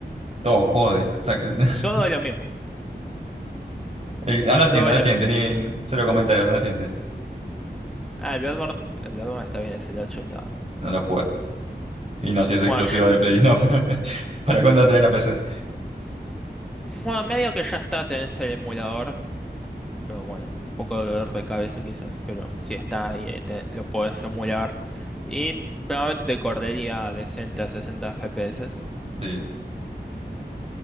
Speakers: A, on the right; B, in the centre.
A: Todo juego de... saquen-
B: todo
A: <laughs>
B: lo mismo,
A: Eh, Anda al siguiente,
B: todo
A: anda
B: lo
A: al siguiente,
B: mismo.
A: ni cero comentarios, anda al siguiente.
B: Ah, el Bloodborne, el Bloodborne está bien, es el 8 está.
A: No lo jugué. Y no sé si
B: Bueno,
A: es exclusivo
B: ya-
A: de Play, no. <laughs> ¿Para para cuándo traen a PC?
B: bueno, medio que ya está, tenés el emulador Pero bueno, un poco de dolor de cabeza quizás, pero si está y lo puedes emular. Y probablemente te correría decente a 60 FPS.
A: Sí,